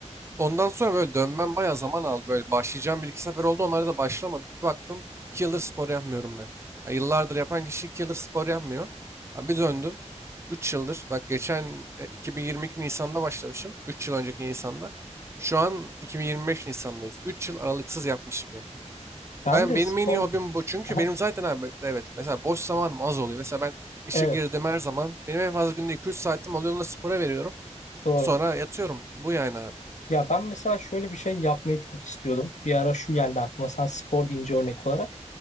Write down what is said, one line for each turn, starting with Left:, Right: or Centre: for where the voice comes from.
Right: Ondan sonra böyle dönmem bayağı zaman aldı. Böyle başlayacağım bir iki sefer oldu. Onlara da başlamadım. Bir baktım iki yıldır spor yapmıyorum ben. Ya yıllardır yapan kişi iki yıldır spor yapmıyor. Abi bir döndüm. Üç yıldır. Bak geçen e, 2022 Nisan'da başlamışım. Üç yıl önceki Nisan'da. Şu an 2025 Nisan'dayız. Üç yıl aralıksız yapmışım yani.
Left: Ben
Right: Ben
Left: de
Right: benim
Left: spor
Right: en iyi hobim bu. Çünkü
Left: Aha,
Right: benim zaten abi evet mesela boş zamanım az oluyor. Mesela ben işe
Left: evet
Right: girdim her zaman. Benim en fazla günde 2-3 saatim oluyor. Onu da spora veriyorum.
Left: doğru.
Right: Sonra yatıyorum. Bu yani abi.
Left: Ya ben mesela şöyle bir şey yapmayı çok istiyordum. Bir ara şu geldi aklıma sen spor deyince örnek olarak.